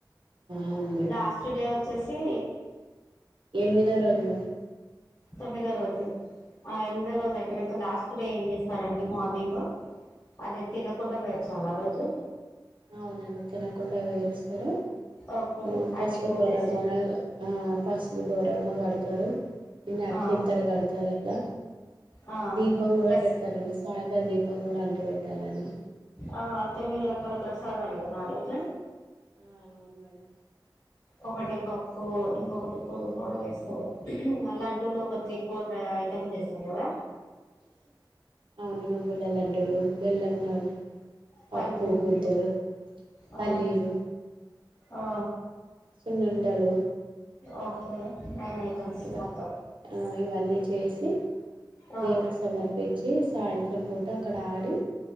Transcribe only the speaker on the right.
అవును
ఎనిమిదవ రోజు మే
అవునండి తినకుండా పేరుస్తారు
హ్మ్ పసుపు
ద్వారా మొన్నగ్ ఆ పాసుబ్ గౌరమ్మ పాడుతా తరు ఇన్ని అక్షింతాలు
కడతారాట్ల
దీపం కూడా
పెడతారండి సాయంత్రం ఇ దీపం కూడా అంటి పెెట్టాలని
ఆ అవును మేడం
అవును నువ్వుల లడ్డు లు బెల్లం నెయ్యి పప్పు
ముద్దలు
పల్లీలు
సున్నుండలు
ఇవ
ఆ ఇవన్నీ చేసి
దేవుడికి సమర్పించి సాయంత్రం పూట అక్కడ ఆడి